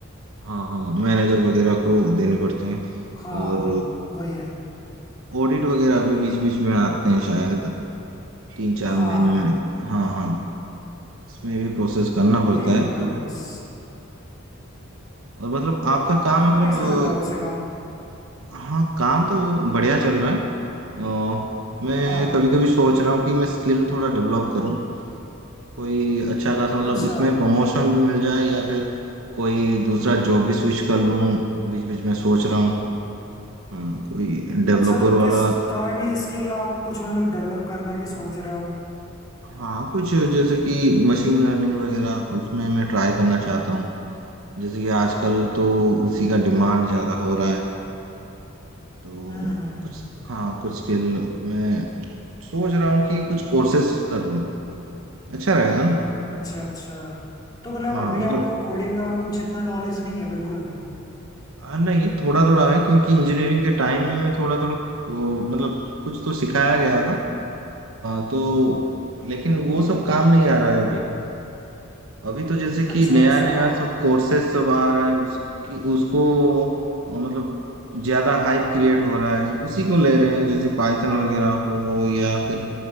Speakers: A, on the right; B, on the left.
A: हाँ हाँ मैनेजर वगैरह को देने पड़ते हैं
B: हाँ
A: और
B: हाँ वही है
A: ऑडिट वगैरह भी बीच बीच में आते हैं शायद तीन चार
B: हाँ
A: महीने
B: हाँ
A: में हाँ हाँ इसमें भी प्रोसेस करना पड़ता
B: यही है
A: है
B: भाई
A: थोड़ा
B: बस
A: और मतलब आपका काम
B: आपका
A: मतलब
B: कैसा चल रहा है वैसे काम
A: अ, हाँ काम तो बढ़िया चल रहा है अ, मैं
B: हाँ
A: कभी कभी सोच रहा हूँ कि मैं स्किल थोड़ा डेवलप करूँ कोई अच्छा खासा मतलब
B: अच्छा
A: इसमें प्रमोशन भी मिल जाए या फिर कोई दूसरा जॉब भी स्विच कर लूं बीच बीच में सोच रहा हूँ हाँ कोई डेवलपर
B: अच्छा तो किस
A: वाला
B: तरह की स्किल आप कुछ मतलब डेवलप करने की सोच रहे हो
A: हाँ कुछ जैसे कि मशीन लर्निंग वगैरह उसमें मैं ट्राई करना चाहता हूँ जैसे कि आजकल तो उसी का डिमांड ज्यादा हो रहा है तो
B: हम्म हम्म
A: कुछ हाँ कुछ स्किल मैं सोच रहा हूँ कि कुछ कोर्सेस कर लूँ अच्छा रहेगा ना
B: अच्छा अच्छा तो मतलब
A: हाँ
B: अभी
A: मतलब
B: आपको कोडिंग का कुछ इतना नॉलेज नहीं है बिल्कुल भी
A: हाँ नहीं थोड़ा थोड़ा है क्योंकि इंजीनियरिंग के टाइम में थोड़ा थोड़ा वो मतलब कुछ तो सिखाया गया था अ, तो लेकिन वो सब काम नहीं आ रहा है अभी अभी तो जैसे कि
B: अच्छा
A: नया
B: अच्छा
A: नया सब कोर्सेज सब आ रहा है उसकी उसको अ, मतलब ज्यादा हाइप क्रिएट हो रहा है उसी को ले रहे हैं जैसे पाइथन वगैरह हो या फिर